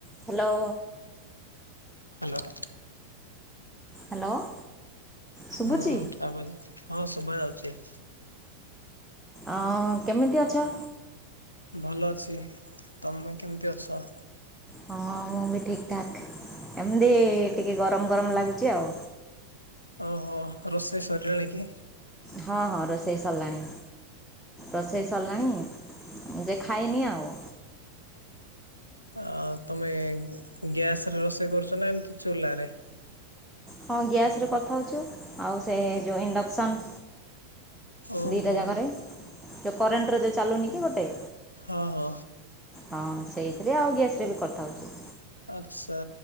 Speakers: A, in the centre; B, on the left (about 85°).
A: Hello.
B: Hello.
A: Hello. ଶୁଭୁଛି?
B: ହୁଁ ତାପରେ ହଁ ଶୁବା ଯାଉଚି।
A: ଅ କେମିତି ଅଛ?
B: ଭଲ ଅଛି ତମେ କେମିତି ଅଛ?
A: ହଁ ମୁଁ ବି ଠିକ୍ ଠାକ୍ ଏମିତି ଟିକେ ଗରମ ଗରମ ଲାଗୁଚି ଆଉ।
B: ଅ ହ ରୋଷେଇ ସରିଲାଣି କି?
A: ହଁ ହଁ ରୋଷେଇ ସରିଲାଣି। ରୋଷେଇ ସରିଲାଣି ମୁଁ ଯେ ଖାଇନି ଆଉ।
B: ଆଉ ତମେ ଗ୍ୟାସ ରେ ରୋଷେଇ କରୁଚ ନା ଏମିତି ଚୁଲ ରେ?
A: ହଁ ଗ୍ୟାସ୍ ରେ କଥା ହଉଚୁ ଆଉ ସେ ଯୋଉଁ ଇଣ୍ଡକ୍ସନ୍।
B: ଓହୋ
A: ଦିଟା ଜାଗାରେ ଯୋଉ କରେଣ୍ଟରେ ଯୋଉଁ ଚାଲୁନି କି ଗୋଟେ?
B: ହଁ ହଁ
A: ହଁ ସେଇଥିରେ ଆଉ ଗ୍ୟାସରେ ବି କଥା ହଉଛୁ।
B: ଆଚ୍ଛା